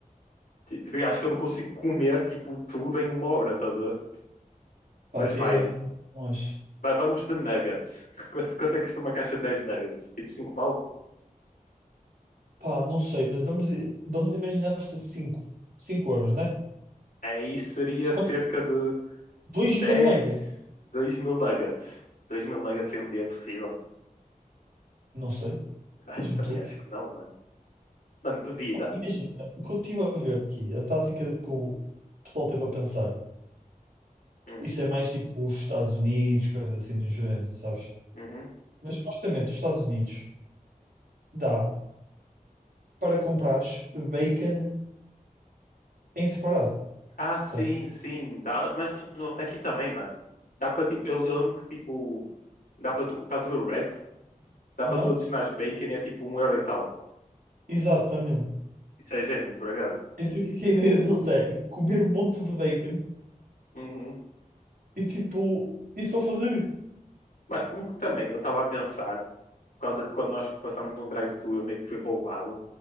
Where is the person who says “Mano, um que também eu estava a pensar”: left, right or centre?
Left